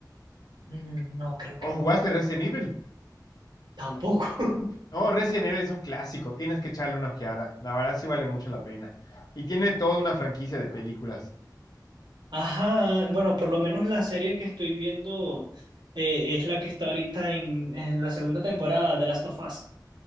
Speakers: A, on the right; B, on the left.
A: Mm, no, creo
B: ¿O
A: que no,
B: jugaste Resident Evil?
A: tampoco. <laughs>
B: No, Resident Evil es un clásico, tienes que echarle una ojeada. La verdad sí vale mucho la pena. Y tiene toda una franquicia de películas.
A: Ajá, bueno, por lo menos la serie que estoy viendo eh, es la que está ahorita en, en la segunda temporada de Last of Us.